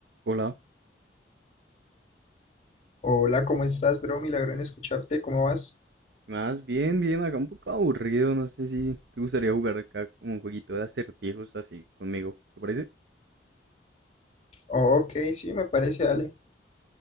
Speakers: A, on the right; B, on the left.
A: Hola.
B: Hola, ¿cómo estás, bro? Milagro en escucharte, ¿cómo vas?
A: Más bien, bien, acá un poco aburrido, no sé si te gustaría jugar acá como un jueguito de acertijos así conmigo, ¿te parece?
B: Oh, ok, sí, me parece, dale.